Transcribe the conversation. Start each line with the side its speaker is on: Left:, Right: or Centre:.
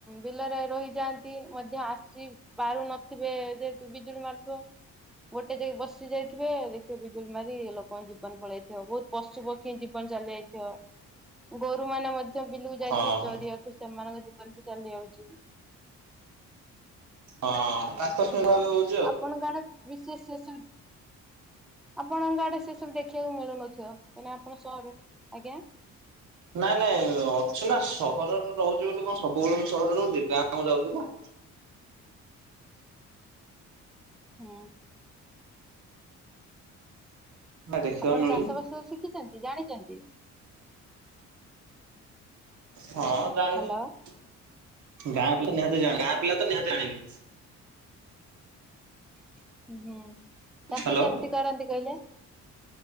Centre: ବିଲରେ ରହିଯାଆନ୍ତି ମଧ୍ୟ ଆସି ପାରୁ ନଥିବେ ଯେହେତୁ ବିଜୁଳି ମାରୁଥିବ। ଗୋଟେ ଯାଇକି ବସି ଯାଇଥିବେ ବିଜୁଳି ମାରି ଲୋକଙ୍କ ଜୀବନ ପଳେଇଥିବ ବହୁତ ପଶୁ ପକ୍ଷୀ ଜୀବନ ଚାଲି ଯାଇଥିବ। ଗୋରୁ ମାନେ ମଧ୍ୟ ବିଲକୁ ଯାଇଥବେ
Right: ହଁ ହଁ
Centre: ଚରିିବାକୁ ସେମାନଙ୍କ ଜୀବନ ବି ଚାଲି ଯାଉଛି।
Right: ହଁ ଆକସ୍ମିକ ଭାବେ ଯୋଉ
Centre: ଆପଣଙ୍କ ଆଡେ ବିଶେଷ ସୁ ଆପଣଙ୍କ ଆଡେ ସେ ସବୁ ଦେଖିବାକୁ ମିଳୁନଥିବ କାହିଁକିନା ଆପଣ ସହରେ। ଆଜ୍ଞା।
Right: ନାଇଁ ନାଇଁ ଅଛି ନା ସହରରେ ରହୁଛି ବୋଲି କଣ ସବୁବେଳେ ମୁଁ ସହରରେ ରହୁଛି ଗାଁ ଯାଉଛି ନା।
Centre: ହୁଁ।
Right: ନା। ଦେଖିବାକୁ
Centre: ଆପଣ
Right: ମିଳୁଛି
Centre: ଚାଷ ବାସ ଶିଖିଛନ୍ତି ଜାଣିଛନ୍ତି?
Right: ହଁ ଜାଣିଛି।
Centre: ହ୍ୟାଲୋ
Right: ଗାଁ ପିଲା ନିହାତି ଜଣ ଗାଁ ପିଲା ତ ନିହାତି ଆଣିବେ।
Centre: ହୁଁ ଚାଷ
Right: ହ୍ୟାଲୋ।
Centre: କେମିତି କରନ୍ତି କହିଲେ?